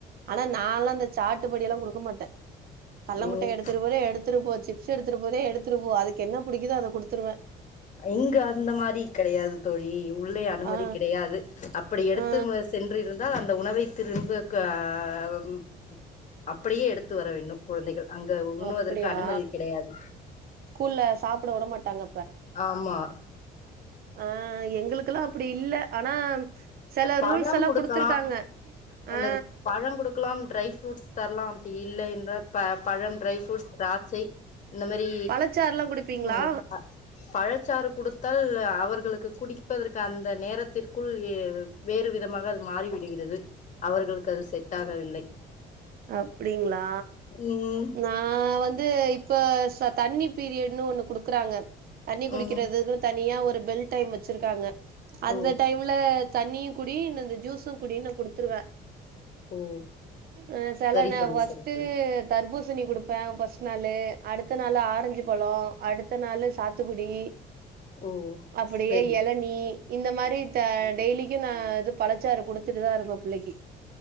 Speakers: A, on the right; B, on the left.
A: ஆனா நால்லா அந்த சாட்டுபடி எல்லா குடுக்க மாட்ட கள்ள
B: ம்
A: முட்டாய் எடுத்துட்டு போற எடுத்துட்டு போச்சு ச்சி எடுத்துட்டு போதே எடுத்துட்டு போ அதுக் என்ன புடிக்குதோ அத குடுத்துருவ
B: இங்க இந்த மாரி கெடையாது தோழி உள்ளே அனுமதி
A: ஆ
B: கிடையாது அப்படி எடுத்து
A: ஆ
B: சென்றிருந் தா அந்த உணவை திரும்ப க ம் அப்படியே எடுத்து வர வேண்டும் குழந்தைகள் அங்க உண்ணுவதற்கு
A: அப்டியா
B: அனுமதி கிடையாது
A: ஸ்கூல்ல சாப்ட விட மாட்டாங்க
B: ஆமா
A: அ எங்களுக்கல்லா அப்டி இல்ல ஆனா செல
B: பழம்
A: ரூல்ஸ் எல்லா
B: குடுக்கலா
A: குடுத்துருக்காங்க
B: அந்த
A: ஆ
B: பழோ குடுக்கலாம் ட்ரை ஃப்ரூட்ஸ் தர்லா அப்டி இல்லை என்றா ப பழம் ட்ரை ஃப்ரூட்ஸ் திராட்சை இந்த மாரி
A: பழச்சாறுலா குடிப்பீங்களா
B: ம் ஆ பழச்சாறு குடுத்தால் அவர்களுக்கு குடிப்பதற்கு அந் த நேரத்திற்குள் வேறு விதமாக அது மாறிவிடுகிறது அவர்களுக்கு அது செட் ஆகவில்லை
A: அப்டிங்ளா
B: ம்
A: எங்க ஆ வந்து இப்ப ச தண்ணி பீரியட்ன்னு ஒண்ணு குடுக்குறாங்க தண்ணி குடிக்கிறது
B: ம்
A: தனியா ஒரு பெல் டைம் வச்சிருக்காங்க அந்த
B: ஓ
A: டைம் உள்ள தண்ணியு குடி இந்த இந்த ஜூஸு குடின்னு குடுத்துருவ
B: ஓ
A: அ செல
B: சரி
A: ந
B: தோழி
A: வஸ்ட்டு
B: சரி தோழி
A: தர்பூசணி குடுப்ப ஃபஸ்ட்டு நாளு அடுத்த நாளு ஆரஞ்சு பழோ அடுத்த நாளு சாத்துக்குடி
B: ஓ
A: அப்படியே
B: சரி
A: எளநீ இந்த மாரி த டெய்லிக்கி நா இது பழச்சாரு குடுத்துட்டு தா இருப்ப பிள்ளைக்கி